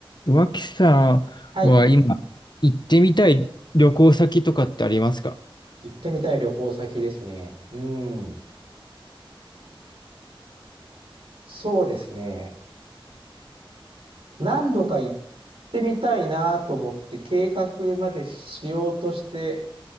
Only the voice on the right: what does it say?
はい。行ってみたい旅行先ですね。うん。そうですね。何度か行ってみたいなと思って計画までしようとして